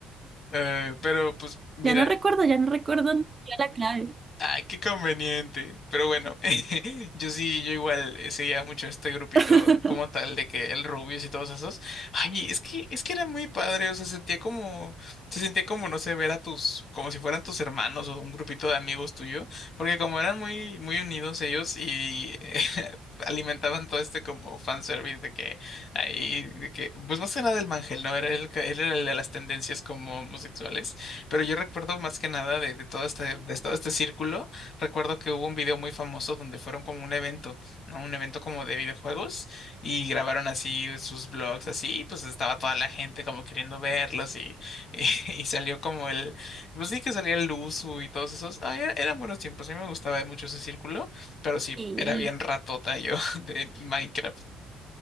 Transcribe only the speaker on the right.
ya no recuerdo, ya no recuerdo ni siquiera la clave.
<laughs>
Sí,